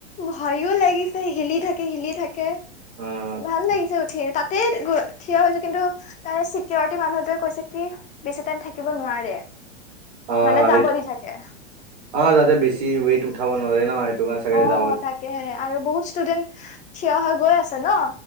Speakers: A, on the left (about 20°); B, on the right (about 45°).
A: ভয়ো লাগিছে হিলি থাকে হিলি থাকে
B: অ
A: ভাল লাগিছে উঠিয়ে তাত তেত থিয় হৈছো কিন্তু তাৰে চিকিউৰিটি মানুহটোৱে কৈছে কি বেছি টাইম থাক কিব নোৱাৰে
B: অ
A: মানে
B: সেইটো
A: যাব দি থাকে।
B: অ যাতে বেছি ৱেইট উঠাব নোৱাৰে ন কাৰণে চাগে
A: অ
B: যাব
A: তাকে আৰু বহুত ষ্টুডেণ্ট থিয় হৈ গৈ আছে ন।